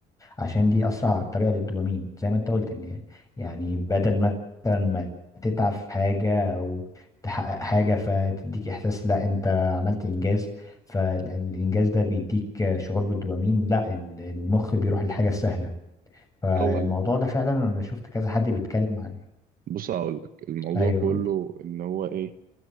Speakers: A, on the left; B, on the right.
A: عشان دي اسرع طريقه للدوبامين زي ما انت قلت ان يعني بدل مثلا ما تتعب في حاجه او تحقق حاجه فتديك احساس لا انت عملت انجاز فالانجاز ده بيديك شعور بالدوبامين لا ال- المخ بيروح للحاجه السهله فالموضوع
B: هو ال-
A: ده فعلا انا شفت كذا حد بيتكلم عنه
B: بص هقول لك الموضوع
A: ايوه
B: كله
A: قول
B: ان هو ايه